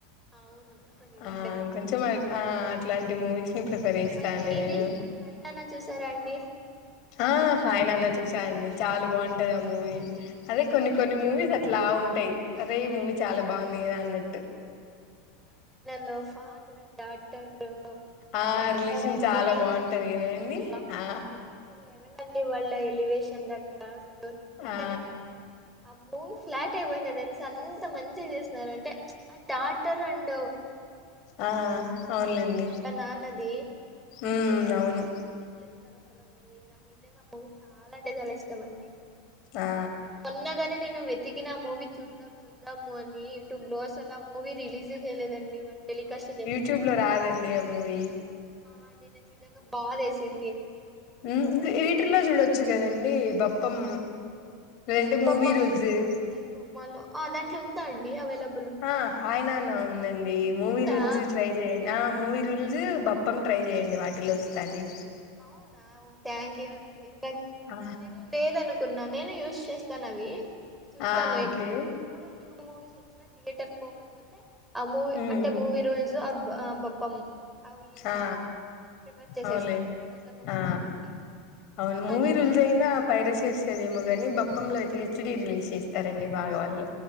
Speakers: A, in the centre; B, on the left.
A: అవును నిజంగానే
B: ఆ
A: బాగుంది
B: కొంచం
A: అది
B: ఆ అట్లాంటి మూవీస్ ని ప్రిఫర్ చేస్తా
A: మళ్ళీ
B: అండి నేను
A: ఇది హాయ్ నాన్న చూసారా అండి
B: ఆ ఫైన్ అనొచ్చు. చూసాయండి చాలా బాగుం టాది ఆ మూవీ
A: అది
B: అదే కొన్ని కొన్ని మూవీస్ అ ట్లా ఉంటాయి అదే ఈ
A: నాకి
B: మూవీ చాలా బాగుంది కదా అన్నట్టు
A: లో ఫాదర్ అండ్ డాటర్ <unintelligible>
B: ఆ
A: ఉంటారండి
B: రిలేషన్ చాలా బాగుంటది కదండి
A: బా
B: ఆ
A: నెక్స్ట్ లెవెల్ అండి వాళ్ళ ఎలివేషన్ అక్కడ అసలు నిజంగానే.
B: ఆ
A: ఆ మూవీకి ఫ్లాట్ అయివోయినా దెల్స్ అంత మంచిగా చేస్నారు అంటే ఆ డాటర్ అండ్
B: ఆ
A: ఉంటది
B: అవునులేండి
A: కదా వాళ్ళ నాన్నది
B: ఉమ్
A: ఎంత
B: అవును
A: మంచిగా చేసినారు అస్ హలో మూవీ నాకు నిజంగా మూవీ చాలా అంటే చాల ఇష్ టమండి
B: ఆ
A: మొన్నగాని నేను వెతి కినా మూవీ చూద్దాం చూద్దాము అని యూట్యూబ్ లో సలు ఆ మూవీ రిలీజే చేయలేదు అండి వాళ్ళు టెలికాస్ట్ జే
B: ట్యూబ్ లో రాదండి ఆ మూవీ
A: ఆ అండి నేను నిజంగా బాధేసింది
B: మ్ వీటిల్లో చూడొచ్చు కదే డి బప్పం లేదంటే
A: బొపం
B: మూవీ రూల్స్
A: అ ఐ బొమ్మాలో ఉంద అండి అవలబ
B: ఆ హాయనానా ఉందండి మూవీ
A: ఉందా
B: రూల్స్ ట్రై చేయడి మూవీ రూల్స్ బప్పం ట్రై చేయండి వాటిలో వస్తాది
A: అవునా ఓ థ్యాంక్ యూ అండి బట్
B: ఆ
A: నేను లేదనుకున్నా నేను యూస్ చేస్తాను అవి చూస్తాను
B: ఆ! ఓకే
A: ఎప్పుడు మూవిస్ వచ్చిన తీయేటర్ పోకపోతే ఆ మూవీ
B: ఉమ్
A: అంటే మూవీ రూల్స్ బప్పమ్ అవి ఈ
B: ఆ
A: రెండు ప్రిఫర్ చేసేస్తా
B: అవునులేండి
A: కొత్త మూవీస్
B: ఆ
A: చూసేకి
B: అవును
A: కానీ
B: మూవి
A: ఇప్పుడు
B: రూల్స్ లో అయినా పైరసీ వస్తాదేమో గాని బెప్పం రపంలో అయితే హెచ్డీ రిలీజ్ చేస్తారండి బాగావాళ్ళు